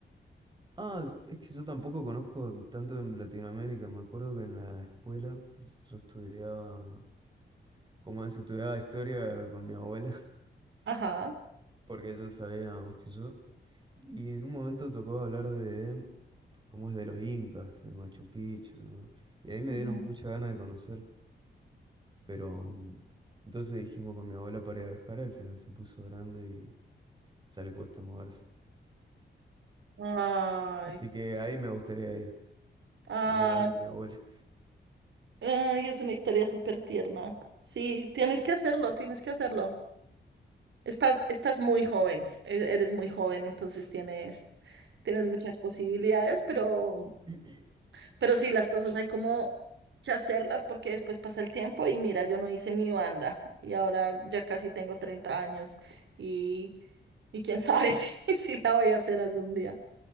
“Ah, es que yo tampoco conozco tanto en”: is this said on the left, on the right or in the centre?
Right